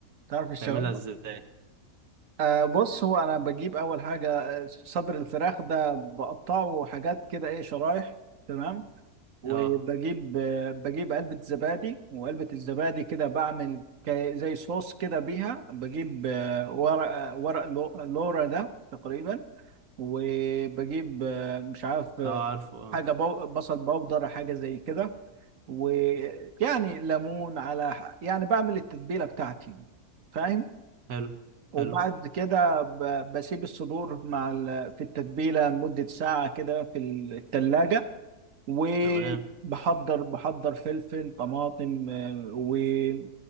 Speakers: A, on the right (about 65°); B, on the right (about 80°).
A: تعرف الشاورما
B: تعملها ازاي
A: أه بص هو انا بجيب اول حاجه آه، صدر الفراخ ده بقطعه حاجات كده ايه شرايح تمام وبجيب
B: اه
A: آه، بجيب علبه زبادي وعلبه الزبادي كده بعمل كي- زي صوص كده بيها بجيب آه، ورق آه، ورق لو- لورا ده تقريبا وبجيب آه، مش عارف
B: اه عارفه اه
A: حاجة بو... بصل بودر حاجة زي كده ويعني ليمون على ح- يعني بعمل التتبيلة بتاعتي فاهم
B: حلو
A: وبعد
B: حلو
A: كده ب... بسيب الصدور مع ال... في التتبيلة لمدة ساعة كده في التلاجة وبحضر
B: تمام
A: بحضر فلفل طماطم آه،